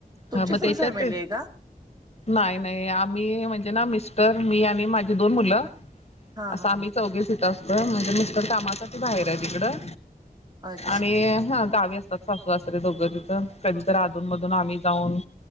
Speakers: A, on the right (about 25°); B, on the left (about 40°).
A: तुमची
B: हा मग
A: फुल
B: त्याच्यात
A: फॅमिली आहे का
B: नाही नाही आम्ही म्हणजे ना मिस्टर मी आणि माझी दोन मुलं
A: हा
B: असं
A: हा
B: आम्ही चौघेस इथ असतो म्हणजे मिस्क कामासाठी बाहेर आहे तिकडं
A: हा अच्छा
B: आणि हा गावी असतात सासू अससरे दोघं तिथं कधी तर अधून मधून आम्ही जाऊन